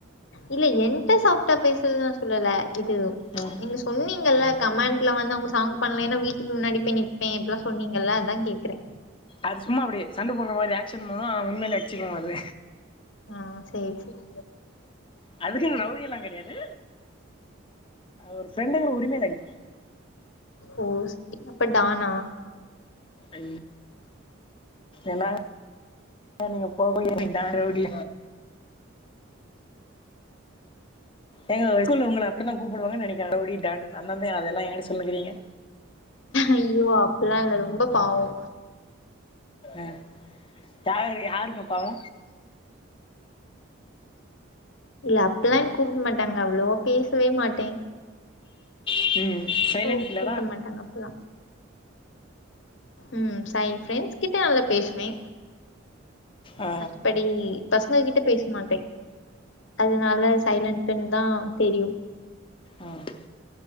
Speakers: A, on the left; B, on the left.
A: இல்ல என்ட்ட சாப்ட்டா பேசுறது நா சொல்லல இது
B: ம்
A: என்ன சொல் சொன்னீங்கல்ல கமெண்ட்ல வந்து அவங்க சாங் பண்ணல வீட்டுக்கு முன்னாடி போய் நிப்பே இப்பில்லா சொன்னீங்கல்ல அதா கேக்குறே
B: அது சும்மா அப்டி சண்ட போட்ற மாரி ஆக்சன் பண்ணுவோ உண்மையிலே அடிச்சுக்கு அது
A: ஆ சேரி சேரி
B: அதுக்குன்னு ரவுடி எல்லா கெடையாது ஒரு ஃப்ரெண்டுங்கிற உரிமைல அடிப்பா
A: ஓ செரி அப்ப டான்னா
B: ஐய்யோ என்னாங் க நீங்க போங்க டானு ரவுடி ஏங்க ஸ்கூல்ல உங்கள அப்டி தா கூப்பிடுவாங்கன்னு நெனைக்கிறே ரவுடி டான்னு அதனால தா அதெல்லா ஏன்ட சொல்லின்னு இருக்கிறீங்க
A: ஐய்யோ அப்பில்லா இல்ல ரொம்ப பாவோ
B: ஆ யார் யாருங்க பாவோ
A: இல்ல அப்பில்லாம் கூப்பிட மாட்டாங்க அவ்ளோவா பேசவே மாட்டே
B: ம்
A: சோ
B: சைலண்ட் கில்லரா
A: கூப்ட மாட்டாங்க அப்பில்லா ம் சை ஃபிரெண்ட்ஸ் கிட்ட நல்லா பேசுவே
B: ஆ
A: மத்தபடி பசங்க கிட்ட பேச மாட்டே அதனால சைலன்ட் ட்டுனுதா தெரியு
B: ம்